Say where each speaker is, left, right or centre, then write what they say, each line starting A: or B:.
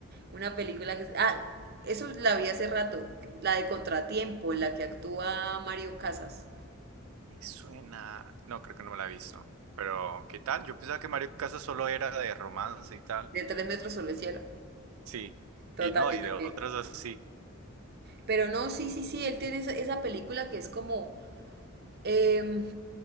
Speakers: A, on the right (about 50°); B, on the right (about 85°).
A: una película que... Ah, eso la vi hace rato, la de Contratiempo, en la que actúa Mario Casas.
B: Me suena... No, creo que no me la he visto. Pero, ¿qué tal? Yo pensaba que Mario Casas solo era de romance y tal.
A: De tres metros sobre el cielo.
B: Sí.
A: Total,
B: Y no,
A: yo
B: y
A: también.
B: de otras así.
A: Pero no, sí, sí, sí, él tiene esa, esa película que es como... em,